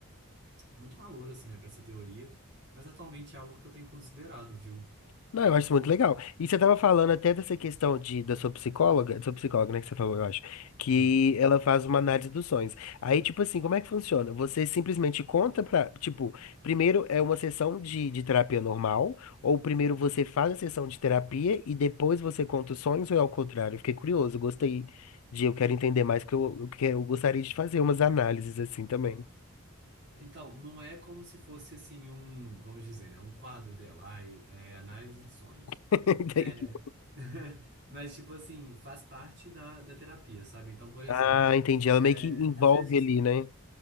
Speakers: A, on the right; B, on the left.
A: muito valor, assim, né, pra essa teoria, mas atualmente é algo que eu tenho considerado, viu?
B: Não, eu acho muito legal. E você estava falando até dessa questão de, da sua psicóloga, da sua psicóloga, né, que você falou, eu acho, que
A: Sim.
B: ela faz uma análise dos sonhos. Aí, tipo assim, como é que funciona? Você simplesmente conta pra, tipo, primeiro é uma sessão de, de terapia normal, ou primeiro você faz a sessão de terapia e depois você conta os sonhos, ou é ao contrário? Eu Fiquei curioso, gostei de, eu quero entender mais, porque eu, eu, que- eu gostaria de fazer umas análises assim também.
A: Então, não é como se fosse, assim, um, vamos dizer, né, um quadro dela, ai, é, análise de sonhos.
B: <laughs> Entendi.
A: É, <laughs> mas, tipo assim, faz parte da, da terapia, sabe? Então, por exemplo,
B: Ah, entendi. Ela
A: é,
B: meio que envolve
A: às vezes
B: ali, né?